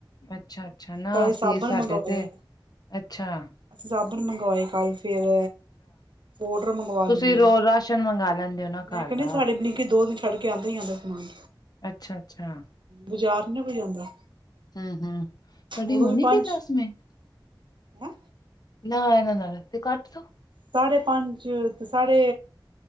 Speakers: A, on the left (about 50°); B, on the right (about 65°).
A: ਅੱਛਾ-ਅੱਛਾ। ਨਾ
B: ਕੱਲ
A: ਅਸੀਂ,
B: ਸਾਬਣ
A: ਸਾਡੇ
B: ਮੰਗਵਾਏ
A: ਤੇ ਅੱਛਾ
B: ਅਸੀਂ ਸਾਬਣ ਮੰਗਵਾਏ ਕੱਲ੍ਹ, ਫੇਰ ਔਡਰ ਮੰਗਵਾ
A: ਤੁਸੀਂ
B: ਲੈਂਨੇ
A: ਰੋ
B: ਆਂ।
A: ਰਾਸ਼ਨ ਮੰਗਾ ਲੈਂਦੇ ਓ ਨਾ
B: ਮੈਂ
A: ਘਰ
B: ਕਹਿੰਦੀ
A: ਦਾ।
B: ਸਾਡੇ ਬਲਿੰਕਟ ਦੋ ਦਿਨ 'ਚ ਛੱਡ ਕੇ ਆਂਦਾਂ ਈ ਆਂਦਾ ਸਮਾਨ।
A: ਅੱਛਾ-ਅੱਛਾ।
B: ਬਾਜ਼ਾਰ ਨੀ ਕੋਈ ਜਾਂਦਾ
A: ਹੂੰ-ਹੂੰ। ਤੁਹਾਡੀ
B: ਉਦੋਂ
A: ਹੋ
B: ਵੀ
A: ਨੀ
B: ਪੰਜ
A: ਗਈ ਦਸ ਮਿੰਟ।
B: ਹੈਂ
A: ਨਾ-ਨਾ-ਨਾ ਤੁਹੀ ਕੱਟ ਦੋ।
B: ਸਾਡੇ ਪੰਜ ਤੇ ਸਾਡੇ